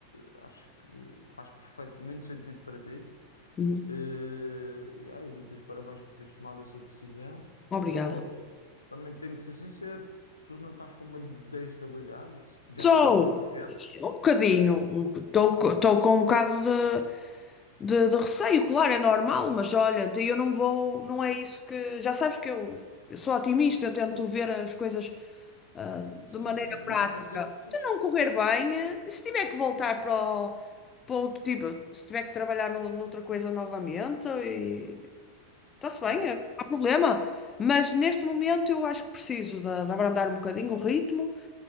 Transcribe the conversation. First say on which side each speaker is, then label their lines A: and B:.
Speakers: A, on the left; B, on the left.
A: acho que faz perfeitamente sentido para ti.
B: Uhum.
A: Eh, yeah, e aí, dou-te os parabéns por teres tomado essa decisão.
B: Obrigada.
A: Agora, também tenho de ser sincero, tu não estás com medo da instabilidade? Já
B: Estou
A: tens algum projeto?
B: um bocadinho, um, estou com um bocado de, de, de receio, claro, é normal, mas olha, eu não vou, não é isso que. Já sabes que eu, eu sou otimista, eu tento ver as coisas ah, de
A: Sim,
B: maneira
A: sim,
B: prática.
A: e eu não quero ser pessimista.
B: Se não correr bem, eh, se tiver que voltar para, o- para outro tipo, se tiver que trabalhar no- noutra coisa novamente, e está-se bem,
A: Ah,
B: eh, não há problema. Mas neste momento eu acho que preciso de, de abrandar um bocadinho o ritmo